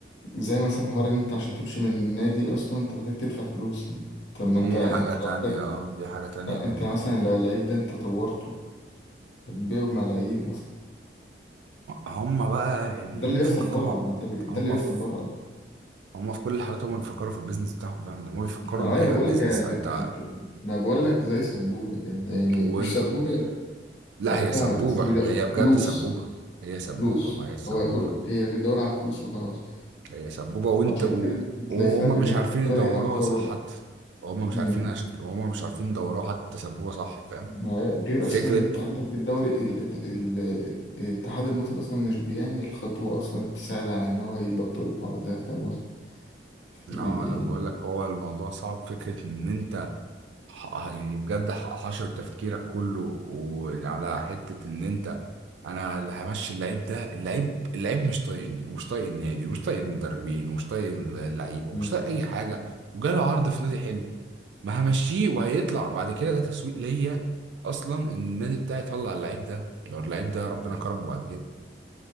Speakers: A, on the left; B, on the right.
A: زي مثلا حوار ان انت عشان تمشي من النادي اصلا انت محتاج تدفع فلوس يعني. طب
B: دي
A: ما انت انت
B: حاجه تانية
A: لو خد-
B: اه دي حاجه تانية
A: آه،
B: دي
A: انت
B: دي,
A: مثلا
B: دي.
A: لو اللعيب ده انت طورته هتبيعه بملايين اصلا
B: هم بقى يعني
A: ده
B: هم
A: اللي بيحصل
B: فكك
A: بره
B: هم
A: ما انت ب-
B: هم
A: ده اللي بيحصل
B: في
A: بره اصلا
B: هم في كل الحالات هم بيفكروا في البيزنس بتاعهم فاهم إن هم بيفكروا
A: ما
B: ان
A: ايوه
B: هي
A: بقول
B: بيزنس
A: لك هي بت...
B: انت
A: بت... ما بقول لك زي سبوبة كده. يعني
B: و...
A: مش سبوبة
B: لا
A: بقى
B: هي
A: فيها
B: سبوبه
A: بس دي ده-
B: هي بجد
A: فلوس
B: سبوبه هي سبوبه
A: فلوس
B: ما هي سبوبه
A: هو كل هي بيدور على الفلوس وخلاص
B: هي سبوبة وانت
A: صح عشان
B: و...
A: كده بتلاقي
B: وهم
A: فرق بين
B: مش عارفين
A: الكرة
B: يدوروها
A: هنا والكرة
B: صح
A: بره
B: حتى هم مش
A: أمم.
B: عارفين عشان كده هم مش عارفين يدوروها حتى سبوبة صح فاهم
A: ما هي- غير
B: فكرة
A: أصلا إن أنت عندك الدوري ال... ال... ال- الاتحاد المصري أصلا مش بيعمل خطوة أصلا تساعد على إن هو يبطل الحوار ده فاهم قصدي؟
B: لا
A: دي-
B: لا
A: يعني
B: بقول لك هو الموضوع صعب فكرة ان انت ح- يعني بجد ح- حشر تفكيرك كله وعلى حتة ان انت انا اللي همشي اللعيب ده اللعيب اللعيب مش طايقني ومش طايق النادي ومش طايق المدربين ومش طايق اللعيبة
A: أمم.
B: ومش طايق اي حاجة وجاله عرض في نادي حلو ما همشيه وهيطلع بعد كده ده تسويق ليا اصلا ان النادي بتاعي يطلع اللعيب ده لو اللعيب ده ربنا كرمه بعد كده